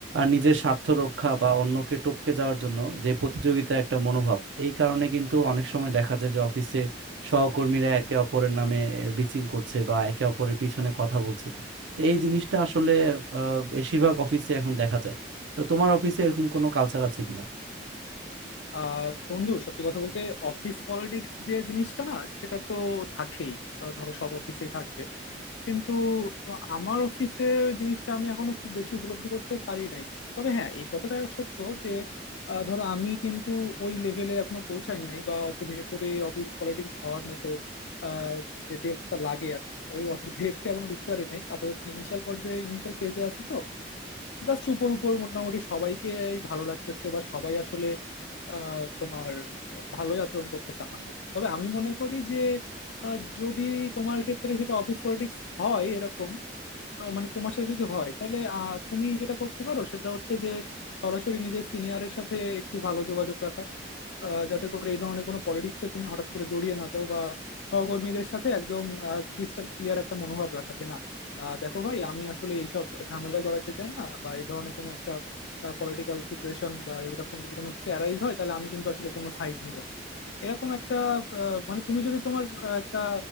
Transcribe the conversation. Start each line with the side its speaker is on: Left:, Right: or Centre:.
Right: নিজের স্বার্থ রক্ষা বা অন্যকে টপকে যাওয়ার জন্য যে প্রতিযোগিতা একটা মনোভাব এই কারণে কিন্তু অনেক সময় দেখা যায় যে অফিসে সহকর্মীরা একে অপরের নামে বিচিং করছে বা একে অপরের পিছনে কথা বলছে তো এই জিনিসটা আসলে আহ, বেশিরভাগ অফিসে এখন দেখা যায় তো তোমার অফিসে এরকম কোনো কালচার আছে কিনা
Left: আহ বন্ধু সত্যি কথা বলতে অফিস পলিটিক্স যে জিনিসটা না সেটা তো থাকেই আহ, ধরো সব অফিসেই থাকবে কিন্তু আহ, আমার অফিসে জিনিসটা আমি এখনো খুব বেশি উপলব্ধি করতে পারি নাই তবে হ্যাঁ এই কথাটা সত্য যে আহ, ধরো আমি কিন্তু ওই লেভেলে এখনো পৌঁছাই নাই বা অত ভেতরে অফিস পলিটিক্স হওয়ার মতো আহ, যে ডেপটা লাগে আর কি ওই অত ডেপতে এখনো ঢুকতে পারি নাই আপাতত ইনিশিয়াল পর্যায়ে ইনিশিয়াল ফেজে আছি তো জাস্ট উপর উপর মোটামুটি সবাইকে ভালো লাগতেছে বা সবাই আসলে আহ, তোমার আহ, ভালোই আচরণ করতেছে আমার সাথে তবে আমি মনে করি যে আহ, যদি তোমার ক্ষেত্রে সেটা অফিস পলিটিক্স হয় এরকম আহ, মানে তোমার সাথে যদি হয় তাহলে আহ, তুমি যেটা করতে পারো সেটা হচ্ছে যে সরাসরি নিজের সিনিয়রের সাথে একটু ভালো যোগাযোগ রাখা আহ, যাতে করে এই ধরনের কোনো পলিটিক্সে তুমি হঠাৎ করে জড়িয়ে না যাও বা সহকর্মীদের সাথে একদম ক্রিস্টাল ক্লিয়ার একটা মনোভাব রাখা যে না আহ, দেখো ভাই আমি আসলে এইসব ঝামেলায় জড়াইতে চাই না বা এই ধরনের কোনো একটা পলিটিক্যাল সিচুয়েশন বা এরকম যদি কোনো কিছু অ্যারাইজ হয় তাহলে আমি কিন্তু আসলে কোনো সাইড নিব না এরকম একটা আহ, মানে তুমি যদি তোমার আহ, একটা